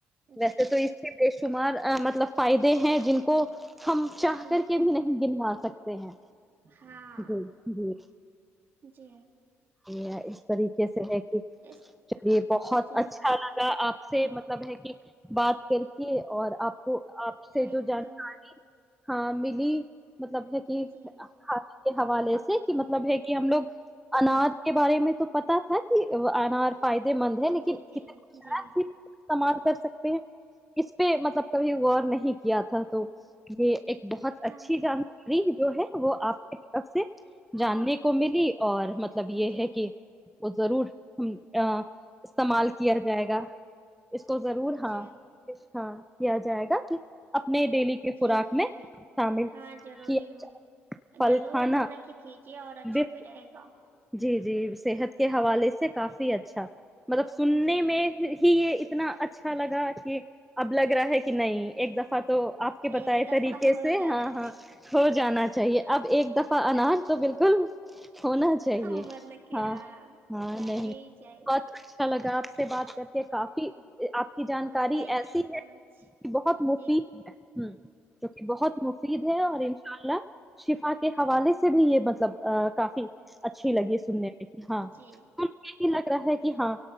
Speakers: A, in the centre; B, on the right.
A: ویسے
B: جی
A: تو اس کے پیش شمار مطلب فائدے ہیں جن کو ہم چاہ
B: جن
A: کر کے
B: کو
A: بھی نہیں کنوا سکتے ہیں
B: ہاں
A: جی جی
B: جی
A: یہ اس طریقے سے ہے کہ
B: اس
A: چلیے بہت
B: جی
A: اچھا لگا آپ سے مب مطلب ہے کہ بات کر کے اور آپ وہ آپ سے
B: تھینک
A: جو جانکاری
B: یو
A: ہاں ملی مطلب ہے کہ
B: جی
A: کھانا کے حوالے سے کہ مطلب ہے کہ ہم لوگ اناج کے بارے میں تو پتا تھا کہ انار فائدے مند ہے لیکن
B: جی
A: کتنی
B: جی
A: شاید
B: جی
A: ہی استعمال کر سکتے ہیں اس پہ مطلب کبھی اور نہیں کیا تھا تو یہ ایک بہت
B: جی
A: اچھی جانکاری جو ہے وہ آپ کی طرف سے جاننے کو ملی اور مب یہ
B: جی
A: ہے کہ وہ ضرور ہم <unintelligible> استعمال کیا جائے گا اس کو ضرور ہاں
B: جی
A: ہاں کیا جائے گا کہ اپنے ڈیلی کی
B: جی
A: خوراک
B: جی
A: میں شامل
B: ہاں ضروری
A: کیا
B: ہو
A: پھل
B: ضرور
A: کھانا
B: مطلب کہ کیجیے اور اچھا
A: بے
B: بھی رہے گا
A: جی جی صحت کے حوالے سے سے کافی اچھا مطلب سننے
B: جی جی
A: میں ہی یہ اتنا اچھا اچھا لگا کہ اب لگ رہا ہے کہ نہیں ایک دفہ تو آپ کے بتائے
B: ایک دفعہ
A: طریقے
B: ہو
A: سے
B: جانا
A: ہاں ہاں ہو جانا چاہیے اب ایک دفعہ اناج تو بالکل ہونا چاہیے
B: چاہ مطلب کہ
A: ہاں ہاں
B: چاہیے
A: نہیں
B: ہی چاہیے
A: بہت اچھا لگا آپ سے بات کرتے ہیں کافی آپ جانکاری
B: تھینک
A: ایسی
B: یو سو
A: ہے
B: مچ
A: بہت مفید
B: جی
A: ہے ہ جو کہ بہت مفید ہے اور ان شاء اللہ شفا کے حوالے سے بھی یہ مطلب کافی اچھی لگی ہے سننے میں کہ ہاں
B: جی
A: یہی لگ رہا ہے کہ ہاں